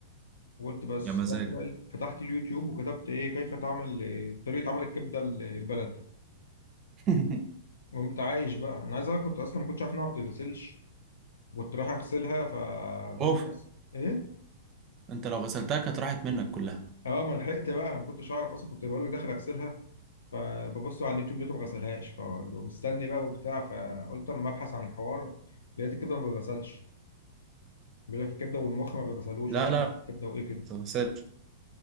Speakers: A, on the left; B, on the right.
A: وقلت بس
B: يا مزاجك
A: رحت بقى فتحت اليوتيوب وكتبت ايه كيف تعمل إيه، طريقه عمل الكبده ال- البلدي
B: <laughs>
A: وقمت عايش بقى انا عايز اقول لك كنت اصلا ما كنتش عارف انها ما بتتغسلش كنت رايح اغسلها فببص
B: اوف
A: بس ايه
B: انت لو غسلتها كانت راحت منك كلها
A: اه ما لحقت بقى ما كنتش اعرف اصلا كنت بقول له داخل اغسلها فببص على اليوتيوب لقيته ما غسلهاش فبقول له مستني بقى وبتاع فقلت اما ابحث عن الحوار لقيت الكبده ما بتتغسلش بيقول لك الكبده والمخ ما بيتغسلوش
B: لا
A: ولا مش
B: لا
A: عارف الكبده وايه كده
B: غسلت